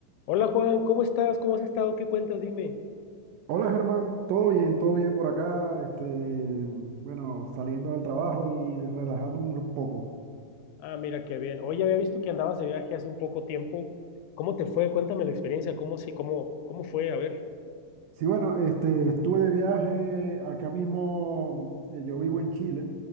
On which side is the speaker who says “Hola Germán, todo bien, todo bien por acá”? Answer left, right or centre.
Right